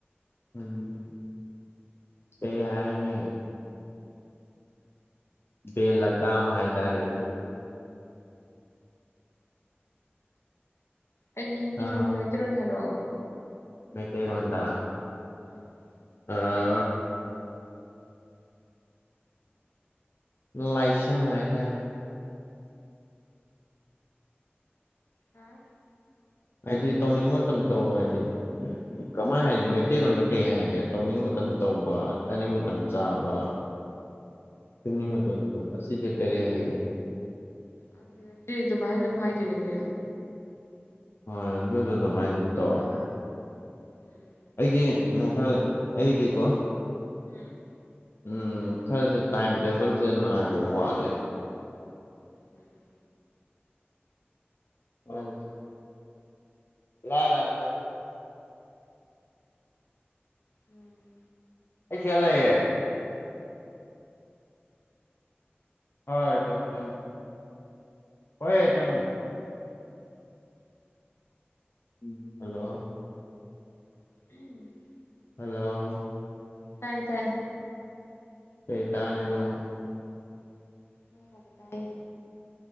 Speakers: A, on the left; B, on the left.
A: ꯎꯝ ꯀꯩꯍꯥꯏꯅꯤ ꯚꯦꯜ ꯂꯒꯥꯝ ꯍꯥꯏꯇꯔꯦ
B: ꯑꯩꯗꯤ ꯍꯤꯟꯗꯤ
A: ꯑ
B: ꯈꯪꯗꯦ ꯃꯩꯇꯩꯂꯣꯟꯗ ꯍꯥꯏꯔꯣꯑꯣ
A: ꯃꯩꯇꯩꯔꯣꯟꯗ
B: ꯎꯝ
A: ꯑꯥ ꯂꯥꯏꯁꯟ ꯍꯥꯏꯗꯥꯏ
B: ꯍꯥꯥ
A: ꯍꯥꯏꯗꯤ ꯇꯧꯅꯤꯡꯕ ꯃꯇꯝꯗ ꯇꯧꯕ ꯍꯥꯏꯗꯤꯀꫭ ꯀꯃꯥꯏ ꯍꯥꯏꯅꯤ ꯃꯩꯇꯩꯔꯣꯟꯗ ꯀꯩ ꯍꯥꯏꯒꯦ ꯇꯧꯅꯤꯡꯕ ꯃꯇꯝ ꯇꯧꯕ ꯆꯥꯅꯤꯡꯕ ꯃꯇꯝ ꯆꯥꯕ ꯇꯨꯝꯅꯤꯡ ꯃꯇꯝ ꯇꯨꯝꯕ ꯑꯁꯤꯖ‌ꯦ ꯀꯔꯤ ꯍꯥꯏꯒ‌ꯦ
B: <unintelligible> ꯗꯤ ꯑꯗꯨꯃꯥꯏꯗꯨꯝ ꯍꯥꯏꯗꯣꯏꯅꯤ ꯀꯩꯅꫭ
A: ꯍꯣꯏ ꯑꯗꯨꯗꯣ ꯑꯗꯨꯃꯥꯏꯅ ꯑꯗꯨꯝ ꯇꯧꯔꯒꯦ
B: ꯎꯝ
A: ꯑꯩꯒꯤ ꯈꯔ <unintelligible> ꯑꯩꯗꯤ ꯀꯣ
B: ꯎꯝ
A: ꯎꯝ ꯈꯔꯖꯨ ꯇꯥꯏꯝ ꯇꯦꯕꯜꯖꯦ ꯅꯥꯏꯕ ꯋꯥꯠꯂꯦ
B: ꯎꯝ
A: ꯑꯪ ꯂꯥ <unintelligible>
B: ꯎꯝ
A: ꯑꯩꯁꯤꯗ ꯂꯩꯌꯦ ꯍꯣꯏ ꯇꯧ ꯇꯧ ꯍꯣꯏꯍꯦ ꯇꯝꯃꯨ ꯎꯝ ꯍꯜꯂꯣ
B: ꯎꯝ
A: ꯍꯜꯂꯣ
B: ꯇꯥꯏ ꯇꯥꯏ
A: ꯀꯩ ꯇꯥꯔꯤꯅꯣ
B: ꯅꯪꯪ ꯀꯧꯕ ꯇꯥꯏꯌꯦ